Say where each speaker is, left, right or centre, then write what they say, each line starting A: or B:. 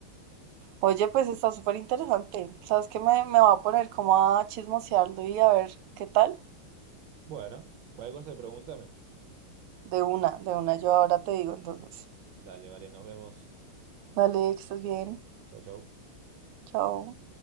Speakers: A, on the right (about 90°); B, on the right (about 60°).
A: Oye, pues está súper interesante. Sabes que me, me va a poner como a chismosearlo y a ver qué tal.
B: Bueno, cualquier cosa, pregúntame.
A: De una, de una, yo ahora te digo entonces.
B: Dale, vale, nos vemos.
A: Dale, que estés bien.
B: Chau, chau.
A: Chao.